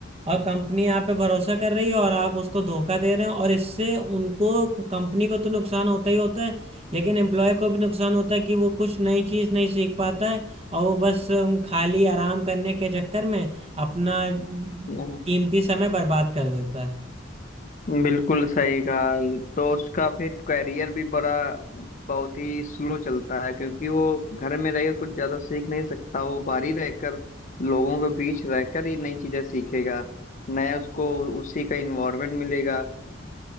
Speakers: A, on the right (about 30°); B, on the left (about 40°).
A: और कंपनी आप पे भरोसा कर रही है और आप उसको धोखा दे रहे हैं और इससे उनको कंपनी को तो नुकसान होता ही होता है लेकिन एम्प्लॉय को भी नुकसान होता है कि वो कुछ नई चीज नहीं सीख पाता है और वो बस अम, खाली आराम करने के चक्कर में अपना
B: हम्म,
A: कीमती समय बर्बाद कर देता है
B: बिल्कुल सही कहा तो उसका फिर करियर भी बड़ा बहुत ही स्लो चलता है क्योंकि वो घर में रहकर कुछ ज्यादा सीख नहीं सकता वो बाहर ही रहकर लोगों के बीच रहकर ही नई चीजें सीखेगा नया उसको उसी का इन्वायरमेंट मिलेगा